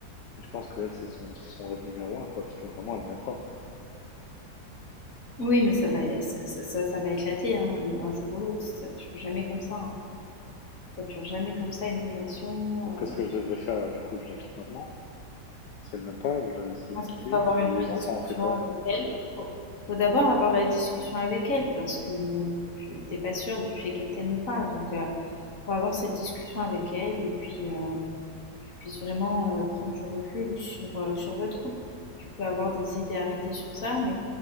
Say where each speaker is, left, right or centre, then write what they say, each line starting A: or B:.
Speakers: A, on the left; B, on the left.
A: mais je pense qu'elle, c'est son, c'est son rêve numéro un, quoi, parce que vraiment, elle m'aime pas.
B: Oui, mais ça va ça ça ça ça va éclater, hein, le un jour ou l'autre. Ça dure jamais comme ça, hein. Ça dure jamais comme ça une relation,
A: Donc, qu'est-ce que
B: heu
A: je devrais faire? là Du coup, je la quitte maintenant, si elle m'aime pas, ou je la laisse
B: Je
A: elle
B: pense
A: me quitter.
B: qu'il faut avoir
A: Et
B: une vraie
A: les
B: discussion
A: enfants, on fait quoi?
B: avec elle. Il faut, faut d'abord avoir la discussion avec elle parce que tu t'es pas sûr du fait qu'elle t'aime ou pas. Donc, euh, faut avoir cette discussion avec elle et puis euh, que tu puisses vraiment euh, prendre du recul sur, euh, sur votre couple. Tu peux avoir des idées arrêtées sur ça, mais